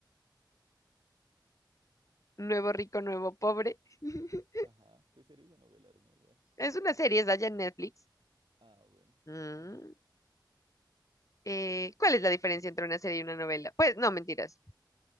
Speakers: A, on the left (about 40°); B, on the right (about 85°).
A: Nuevo rico, nuevo pobre. <laughs>
B: Ajá, pues series o novelas, ¿no? Igual.
A: Es una serie, es allá en Netflix.
B: Ah, bueno.
A: Mm,
B: Ajá.
A: eh, ¿cuál es la diferencia entre una serie y una novela? Pues no, mentiras.